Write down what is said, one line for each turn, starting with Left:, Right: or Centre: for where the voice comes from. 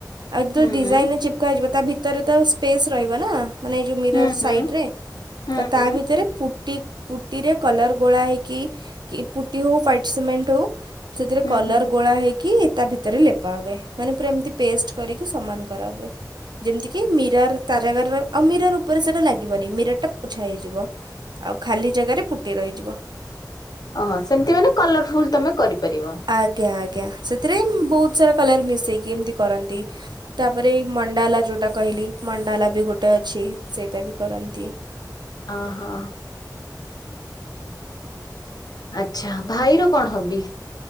Right: ଆଉ ତ
Left: ହୁଁ
Right: ଡିଜାଇନ୍
Left: ହୁଁ
Right: ରେ ଚିପ୍କା ହେଇଯିବ ତା ଭିତରେ ତ ସ୍ପେସ୍ ରହିବ ନା? ମାନେ ଏ ଯୋଉ ମିରର୍
Left: ହୁଁ
Right: ସାଇଟ୍ରେ।
Left: ହୁଁ ହୁଁ
Right: ତ
Left: ହୁଁ
Right: ତା ଭିତରେ ପୁଟି ପୁଟିରେ କଲର୍ ଗୋଳା ହେଇକି କିପୁଟି ହୋଉ ଫାଇଟ୍ ସିମେଣ୍ଟ ହୋଉ ସେଥିରେ
Left: ହୁଁ
Right: କଲର
Left: ହୁଁ
Right: ଗୋଳା ହେଇକି କି ତା ଭିତରେ ଲେପା ହୁଏ, ମାନେ ପୁରା ଏମତି ପେଷ୍ଟ କରିକି ସମାନ କରା ହୁଏ। ଯେମତିକି ମିରର୍ ତା ଜାଗାରରେ ରଇଵ ଆଉ ମିରର୍ ଉପରେ ସେଟା ଲାଗିବନି। ମିରର୍ <unintelligible> ପୋଛା ହେଇଯିବ। ଆଉ ଖାଲି ଜାଗାରେ ପୁଟି ରହିଯିବ।
Left: ଓହୋ, ସେମତି ମାନେ କଲରଫୁଲ୍ ତମେ କରିପାରିବ।
Right: ଆଜ୍ଞା, ଆଜ୍ଞା! ସେଥିରେମ୍ ବହୁତ ସାରା କଲର୍ ମିସେଇକି ଏମତି କରନ୍ତି। ତାପରେ ମଣ୍ଡାଲା ଯୋଉଟା କହିଲି। ମଣ୍ଡାଲା ବି ଗୋଟେ ଅଛି। ସେଇଟା ବି କରନ୍ତି
Left: ଓହୋ ଆଛା! ଭାଇର କଣ ହବି?